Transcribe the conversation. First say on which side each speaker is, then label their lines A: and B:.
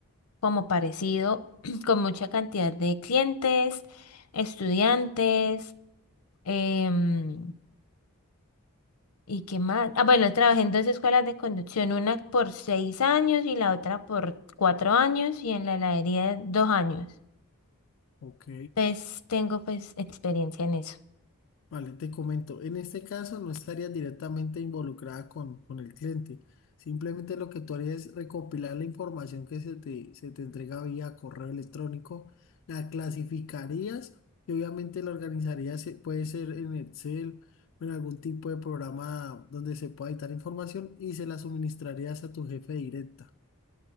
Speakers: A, on the left; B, on the left.
A: como parecido, <clears throat> con mucha cantidad de clientes, estudiantes. em, ¿Y qué más? Ah, bueno, trabajé en dos escuelas de conducción, una por seis años y la otra por cuatro años y en la heladería dos años.
B: ok.
A: Entonces tengo pues experiencia en eso.
B: Vale, te comento, en este caso no estarías directamente involucrada con, con el cliente, simplemente lo que tú harías es recopilar la información que se te, se te entrega vía correo electrónico, la clasificarías y obviamente la organizarías, eh, puede ser en Excel o en algún tipo de programa donde se pueda editar información y se la suministrarías a tu jefe directa.